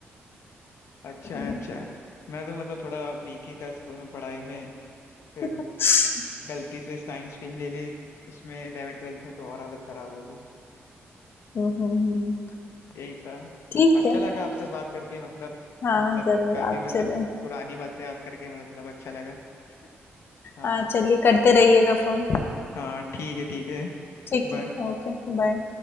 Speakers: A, on the left; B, on the left.
A: अच्छा
B: सो
A: है अच्छा है मैं तो मतलब थोड़ा वीक ही था स्कूल में पढ़ाई में फिर
B: हाँ
A: गलती से साइंस स्ट्रीम ले ली उसमें इलेवन ट्वेल्थ में तो और हालत खराब हो गई
B: हम्म हम्म, हम्म।
A: यही था
B: ठीक
A: अच्छा
B: है
A: लगा आपसे बात करके मतलब
B: हाँ
A: मतलब
B: जरूर
A: काफी
B: आपसे
A: मतलब
B: भी
A: पुरानी बातें याद करके मतलब अच्छा लगा हाँ
B: हाँ चलिए करते रहिएगा फोन
A: हाँ ठीक है ठीक है
B: ठीक
A: बाय
B: है ओके बाय